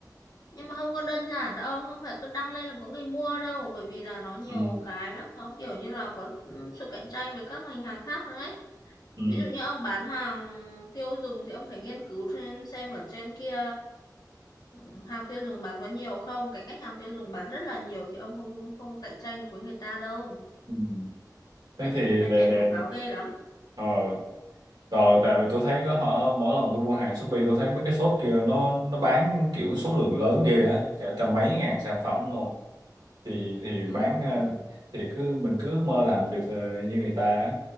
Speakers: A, on the left (about 65°); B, on the right (about 80°).
A: nhưng mà không có đơn giản đâu không phải cứ đăng lên là có người mua đâu bởi vì là nó nhiều
B: ừ.
A: cái lắm nó kiểu như là có ừ, sự cạnh tranh với các ngành hàng khác nữa ấy
B: Ừ.
A: ví dụ như ông bán hàng tiêu dùng thì ông phải nghiên cứu trên xem ở trên kia ừ, hàng tiêu dùng bán có nhiều không cái ngách hàng tiêu dùng bán rất là nhiều thì ông không không cạnh tranh được với người ta đâu
B: Ừ. thế
A: tại vì
B: thì
A: người ta
B: để
A: chạy
B: để
A: quảng cáo ghê lắm
B: ờ Rồi tại vì tôi thấy có họ mỗi lần tôi mua hàng Shopee tôi thấy mấy cái shop kia nó nó bán kiểu số lượng lớn ghê á, cả trăm mấy ngàn sản phẩm luôn. Thì thì
A: Ừm,
B: bán ờ, thì cứ mình cứ ước mơ làm được ờ, như người ta. á.